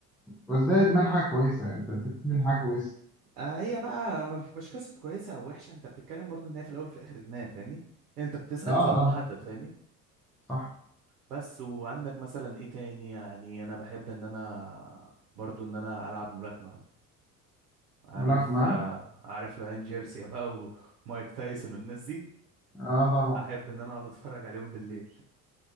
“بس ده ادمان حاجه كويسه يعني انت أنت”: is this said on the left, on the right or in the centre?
Centre